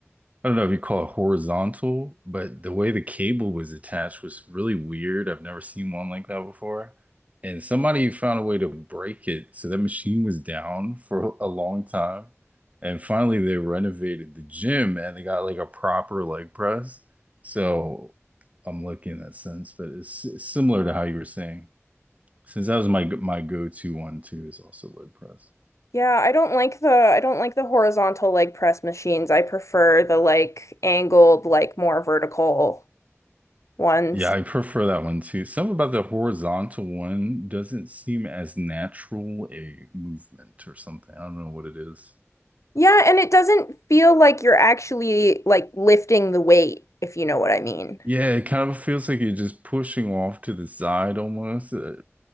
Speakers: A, on the right (about 30°); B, on the left (about 85°).
A: I don't know if you call it horizontal, but the way the cable was attached was really weird. I've never seen one like that before. And somebody found a way to break it, so that machine was down for a long time. And finally, they renovated the gym and they got like a proper leg press. So I'm lucky in that sense, but it's, it's similar to how you were saying. Since that was my my go-to one too, is also leg press.
B: Yeah, I don't like the I don't like the horizontal leg press machines. I prefer the like angled, like more vertical ones.
A: Yeah, I prefer that one too. Something about the horizontal one doesn't seem as natural a movement or something. I don't know what it is.
B: Yeah, and it doesn't feel like you're actually like lifting the weight, if you know what I mean.
A: Yeah, it kind of feels like you're just pushing off to the side almost. Uh,